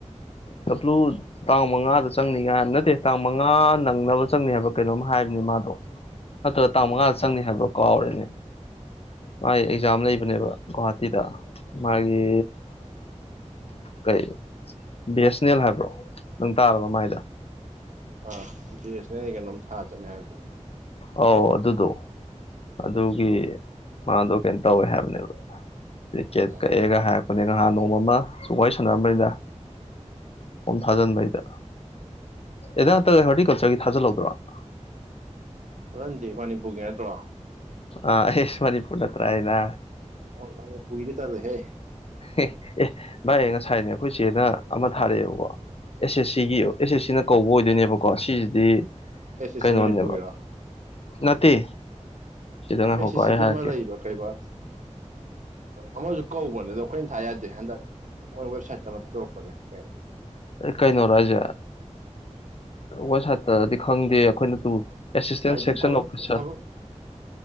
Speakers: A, on the left; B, on the right.
A: ꯀꯄꯂꯨꯠ ꯇꯥꯡ ꯃꯉꯥꯗ ꯆꯪꯅꯤ ꯀꯥꯏ ꯍꯥꯏꯕ ꯅꯠꯇꯦ ꯇꯥꯡ ꯃꯉꯥ ꯅꯪꯅꯕ ꯆꯪꯅꯤ ꯍꯥꯏꯕ ꯀꯩꯅꯣꯝ ꯍꯥꯏꯕꯅꯤ ꯃꯥꯗꯣ ꯅꯠꯇ꯭ꯔꯒ ꯇꯥꯡ
B: ꯎꯝ
A: ꯃꯉꯥꯗ ꯆꯪꯅꯤ ꯍꯥꯏꯕ꯭ꯔꯣ ꯀꯥꯎꯔꯦꯅꯦ ꯃꯥꯒꯤ
B: ꯎꯝ
A: ꯑꯦꯛꯖꯥꯝ ꯂꯩꯕꯅꯦꯕ ꯒꯍꯥꯇꯤꯗ ꯃꯥꯒꯤ ꯀꯩ ꯕꯤ ꯑꯦꯁ ꯑꯦꯟ ꯑꯦꯜ ꯍꯥꯏꯕ꯭ꯔꯣ ꯅꯪ ꯇꯥꯔꯕ ꯃꯥꯏꯗꫭ
B: ꯑꯥ ꯏꯟꯇꯔꯅꯦꯁꯅꯦꯜꯒꯤ ꯀꯩꯅꯣꯝ ꯊꯥ ꯆꯠꯅꯤ ꯍꯥꯏꯕꯅꯦ
A: ꯑꯧ ꯑꯗꯨꯗꯣ ꯑꯗꯨꯒꯤ ꯃꯥꯗꯣ ꯀꯩꯅꯣ ꯇꯧꯋꯦ ꯍꯥꯏꯕꯅꯦꯕ ꯔꯤꯖꯦꯠ
B: ꯎꯝ
A: ꯀꯛꯑꯦꯒ ꯍꯥꯏ ꯐꯅꯦ ꯉꯍꯥꯟ ꯅꯣꯡꯃ ꯑꯃ ꯁꯨꯝ ꯋꯥꯔꯤ ꯁꯥꯟꯅꯝꯕꯅꯤꯅ ꯐꯣꯝ ꯊꯥꯖꯤꯟꯕꯩꯗ ꯑꯦꯗ ꯅꯠꯇ ꯍꯔꯇꯤꯀꯜꯆꯔꯒꯤ ꯊꯖꯜꯍꯧꯗ꯭ꯔꯣ <unintelligible>
B: <unintelligible> ꯃꯅꯤꯄꯨꯔꯒꯤ ꯅꯠꯇ꯭ꯔꯣ
A: ꯑ ꯍꯦꯁ ꯃꯅꯤꯄꯨꯔꯗ ꯀ꯭ꯔꯥꯏꯅ
B: ꯑꯣꯅꯦ ꯄꯨꯏꯅꯤ ꯇꯔꯗ ꯍꯦ
A: ꯑꯦ ꯑꯦ ꯚꯥꯏ ꯉꯁꯥꯏꯅꯦ ꯑꯩꯈꯣꯏ ꯆꯦꯗ ꯑꯃ ꯊꯥꯔꯛꯑꯦꯕꯀꯣ ꯑꯦꯁ ꯑꯦꯁ ꯁꯤꯒꯤ
B: ꯎꯝ
A: ꯑꯦꯁ ꯑꯦꯁ ꯁꯤꯅ ꯀꯧꯕ ꯑꯣꯏꯗꯣꯏꯅꯦꯕꯀꯣ ꯁꯤꯖꯤꯗꯤ
B: ꯑꯦꯁ
A: ꯀꯩꯅꯣꯅꯦꯕ
B: ꯑꯦꯁ ꯁꯤ ꯃꯅꯤꯄꯨꯔꯒꯤꯔꯣ
A: ꯅꯠꯇꯦ ꯁꯤꯗ ꯉꯥꯏꯈꯣꯀꯣ
B: ꯑꯦ ꯁꯤꯁꯤꯒꯤ
A: ꯑꯩ ꯍꯥꯏꯔꯛꯀꯦ
B: ꯑꯃ ꯂꯩꯕ ꯀꯩꯕꯥ ꯑꯃꯁꯨ ꯀꯧꯕꯅꯦ ꯑꯗꯣ ꯑꯩꯈꯣꯏꯅ ꯥ ꯌꯥꯗꯦ ꯍꯟꯗꯛ ꯃꯣꯏ ꯋꯦꯕꯁꯥꯏꯠꯇ ꯑꯃ ꯊꯥꯗꯣꯔꯛꯄꯅꯦ ꯀꯩꯅꯣ
A: ꯀꯩꯅꯣꯔꯣ ꯍꯥꯏꯁꯦ ꯋꯥꯁꯥꯏꯠꯇꯗꯤ ꯈꯪꯗꯦ ꯑꯩꯈꯣꯏꯅ ꯇꯨ ꯑꯦꯁꯤꯁꯇꯦꯟ
B: ꯍꯥꯏꯗꯤ
A: ꯁꯦꯛꯁꯟ
B: ꯊꯕꯛ
A: ꯑꯣꯐꯤꯁꯥꯔ
B: ꯊꯕꯛ